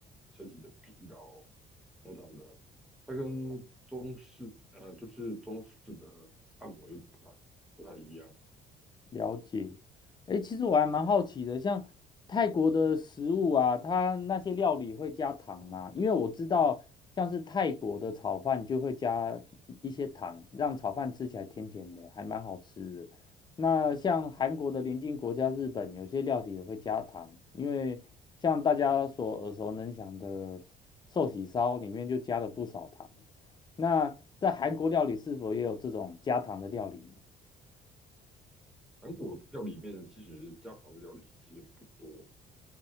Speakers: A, in the centre; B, on the left (about 25°).
A: 身体的疲劳等等的。它跟中式呃，就是中式的按摩有点不太不太一样。
B: 了解，哎，其实我还蛮好奇的，像泰国的食物啊，它那些料理会加糖吗？因为我知道，像是泰国的炒饭就会加一些糖，让炒饭吃起来甜甜的，还蛮好吃的。那像韩国的邻近国家日本，有些料理也会加糖，因为像大家所耳熟能详的寿喜烧里面就加了不少糖。那在韩国料理是否也有这种加糖的料理呢？
A: 韩国料理里面其实家常的料理其实不多，